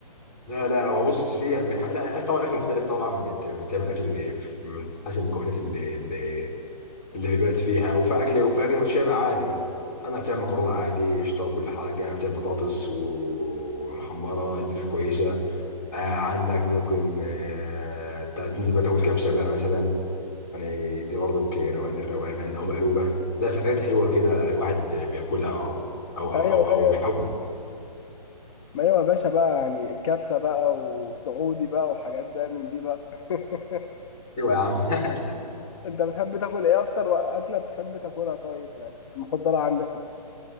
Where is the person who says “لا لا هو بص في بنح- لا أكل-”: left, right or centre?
Left